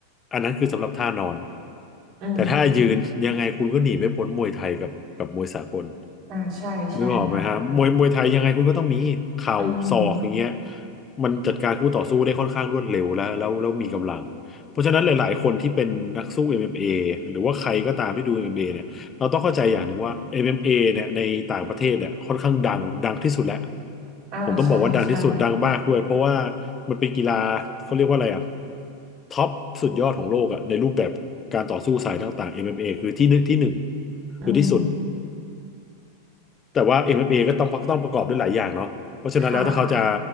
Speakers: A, on the left (about 20°); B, on the right (about 40°).
A: อันนั้นคือสำหรับท่านอน
B: อืม
A: แต่ถ้ายืนยังไงคุณก็หนีไม่พ้นมวยไทยกับกับมวยสากล
B: อ่าใช่ใช่ค่ะ
A: นึกออกไหมฮะมวยมวยไทยยังไงคุณก็ต้องมีเข่าศอกอย่างเงี้ย
B: อืม
A: มันจัดการคู่ต่อสู้ได้ค่อนข้างรวดเร็วแล้วแล้วแล้วมีกำลังเพราะฉะนั้นหลายๆคนที่เป็นนักสู้ MMA หรือว่าใครก็ตามที่ดูเอ็มเอ็มเอเนี่ยเราต้องเข้าใจอย่างหนึ่งว่า MMA เอ็มเอเนี่ยในต่างประเทศเนี่ยค่อนข้างดังดังที่สุดแล้ว
B: อ่าใช่ใช่
A: ผมต้องบอกว่าดังที่สุดดังมากด้วยเพราะว่ามันเป็นกีฬาเขาเรียกว่าอะไรอะท็อปสุดยอดของโลกอะในรูปแบบการต่อสู้สายต่างๆเอ็มเอมเอคือที่หนึ่งที่หนึ่ง
B: อืม
A: คือที่สุด แต่ว่า m เ a ก็ต้องต้องประกอบด้วยหลายอย่างเนาะเพราะฉะนั้นแล้วถ้าเขาจะ
B: ค่ะ